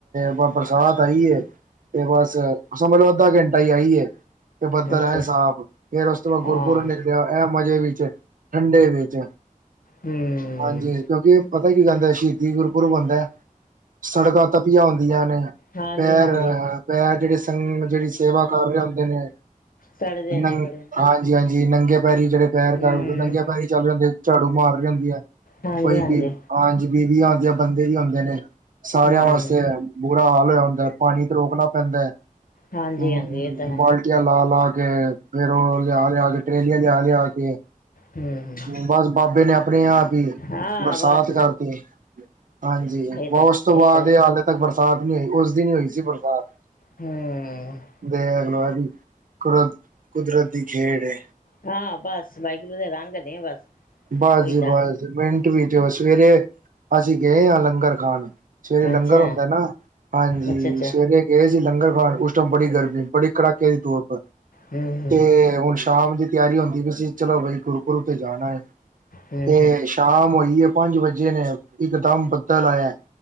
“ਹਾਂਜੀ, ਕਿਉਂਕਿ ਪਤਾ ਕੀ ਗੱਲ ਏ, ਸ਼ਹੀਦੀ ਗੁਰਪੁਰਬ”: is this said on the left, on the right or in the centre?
Right